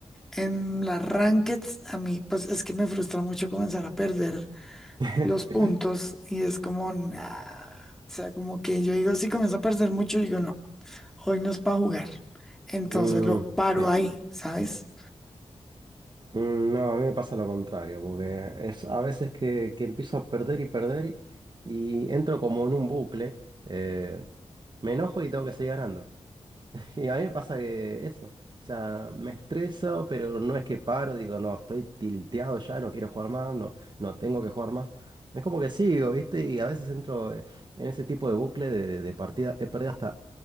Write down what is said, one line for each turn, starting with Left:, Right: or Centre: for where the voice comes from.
Centre: En las rankeds a mí pues es que me frustra mucho comenzar a perder
Right: <laughs>
Centre: los puntos y es como, nah, o sea, como que yo digo, si comienzo a perder mucho, digo, no, hoy no es para jugar. Entonces
Right: Mm,
Centre: lo paro
Right: sí.
Centre: ahí, ¿sabes?
Right: Mm, No, a mí me pasa lo contrario, porque es a veces que, que empiezo a perder y perder y, y entro como en un bucle, eh, me enojo y tengo que seguir ganando. <laughs> Y a mí me pasa que eso, o sea, me estreso, pero no es que paro, digo, no, estoy tilteado ya, no quiero jugar más, no, no tengo que jugar más. Es como que sigo, ¿viste? Y a veces entro eh, en ese tipo de bucle de, de partida, he perdido hasta